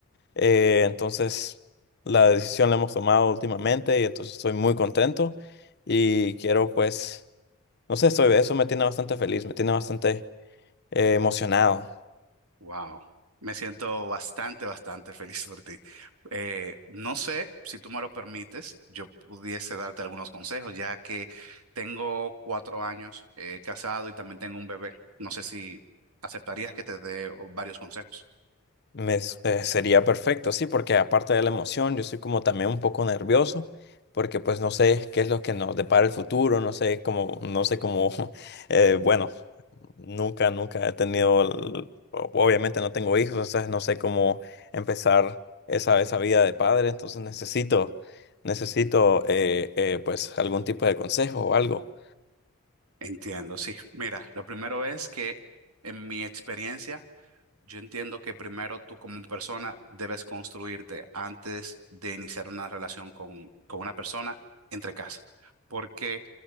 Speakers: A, on the left; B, on the right.
A: Eh, entonces, la decisión la hemos tomado últimamente y entonces estoy muy contento y quiero, pues, no sé, estoy, eso me tiene bastante feliz, me tiene bastante eh, emocionado.
B: Wow, me siento bastante, bastante feliz por ti. Eh, no sé si tú me lo permites, yo pudiese darte algunos consejos, ya que tengo cuatro años eh, casado y también tengo un bebé. No sé si aceptarías que te dé oh, varios consejos.
A: Me, s- eh, sería perfecto, sí, porque aparte de la emoción, yo soy como también un poco nervioso, porque pues no sé qué es lo que nos depara el futuro, no sé cómo, no sé cómo, <laughs> eh, bueno, nunca, nunca he tenido, el- o- obviamente no tengo hijos, entonces no sé cómo empezar esa, esa vida de padre, entonces necesito, necesito eh, eh, pues algún tipo de consejo o algo.
B: Entiendo, sí. Mira, lo primero es que en mi experiencia Yo entiendo que primero tú como persona debes construirte antes de iniciar una relación con, con una persona entre casa, porque